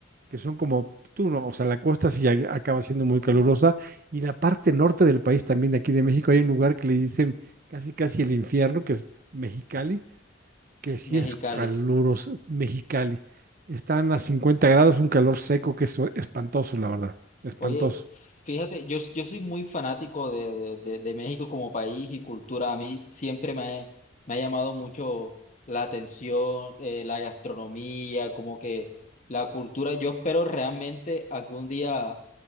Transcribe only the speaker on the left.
Mexicali?
Oye, fíjate, yo, yo soy muy fanático de, de, de- de México como país y cultura. A mí siempre me, ha- me ha llamado mucho la atención, eh, la gastronomía, como que la cultura. Yo espero realmente algún día